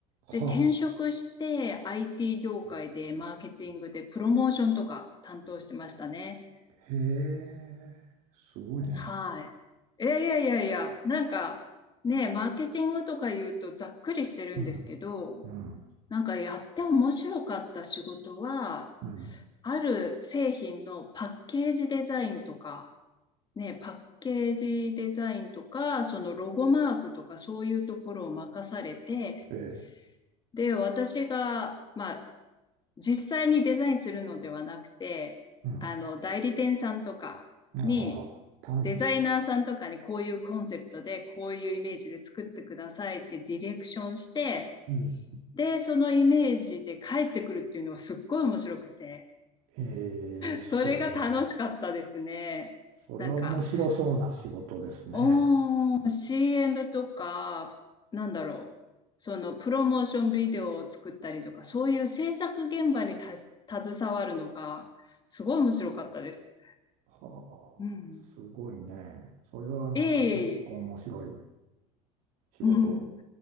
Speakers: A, on the right; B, on the left.
A: はあ、
B: で、転職して IT 業界でマーケティングでプロモーションとか担当してましたね。
A: へえ、すごいね。
B: はい。いやいやいやいや、なんかね、マーケティングとか言うとざっくりしてるんですけど、
A: うん、うん、
B: なんかやって面白かった仕事は、
A: うん、
B: ある製品のパッケージデザインとか、ね、パッケージデザインとか、そのロゴマークとかそういうところを任されて、
A: ええ、
B: で、私が、まあ、実際にデザインするのではなくて、
A: うん、
B: あの、代理店さんとかに、
A: ああ、頼む。
B: デザイナーさんとかにこういうコンセプトで、こういうイメージで作ってくださいってディレクションして、
A: うん。
B: で、そのイメージで帰ってくるっていうのがすっごい面白くて、
A: へえ、
B: それが楽しかったですね。
A: そうで、それは面白そうな仕事ですね。
B: なんか、おー、
A: は
B: CM とか、なんだろう、そのプロモーションビデオを作ったりとか、そういう制作現場にた携わるのが、すごい面白かったです。
A: あ、はあ、
B: うん。
A: すごいね。それはなんか結構面白い
B: ええ、
A: 仕事
B: うん。